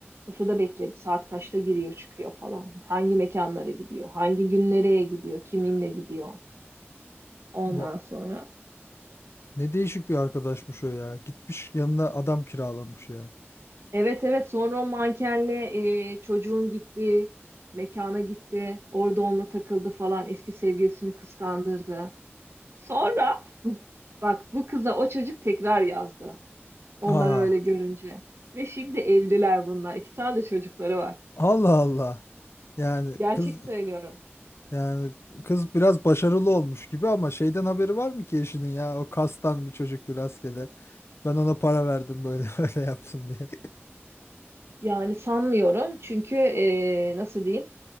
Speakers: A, on the right (about 65°); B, on the left (about 70°).
A: Pusuda bekledi. Saat kaçta giriyor çıkıyor falan. Hangi mekanlara gidiyor? Hangi gün nereye gidiyor? Kiminle gidiyor? Ondan
B: va-
A: sonra.
B: Ne değişik bir arkadaşmış o ya. Gitmiş yanına adam kiralamış ya.
A: Evet evet sonra o mankenle e, çocuğun gittiği mekana gitti. Orada onunla takıldı falan. Eski sevgilisini kıskandırdı. Sonra <laughs> bak bu kıza o çocuk tekrar yazdı. Onları
B: Aa,
A: öyle görünce. Ve şimdi evliler bunlar. İki tane de çocukları var.
B: Allah Allah. Yani
A: Gerçek
B: kız
A: söylüyorum.
B: Yani kız biraz başarılı olmuş gibi ama şeyden haberi var mı ki eşinin ya? O kastan bir çocuktu rastgele. Ben ona para verdim böyle <laughs> öyle yapsın diye.
A: Yani sanmıyorum çünkü e, nasıl diyeyim